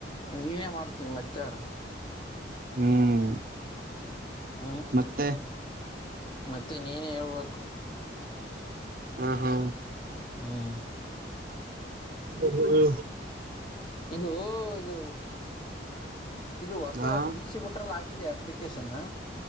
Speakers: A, on the left; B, on the right.
A: ನೀನೇ ಮಾಡ್ತೀರಿ ಮತ್ತಾರ್
B: ಹ್ಮ್
A: ಹಾಂ
B: ಮತ್ತೆ
A: ಮತ್ತೆ ನೀನೇ ಹೇಳ್ಬೇಕು
B: ಹಾ ಹಾ
A: ಹ್ಮ್
B: ಹ ಹ್ಮ್
A: ಇದು ಇದು ಇದು ಹೊಸ
B: ಹಾ
A: ಪಿಸಿ ಬಿುಟ್ರಲ್ಲಿ ಹಾಕಿದೆ ಅ ಸ ನ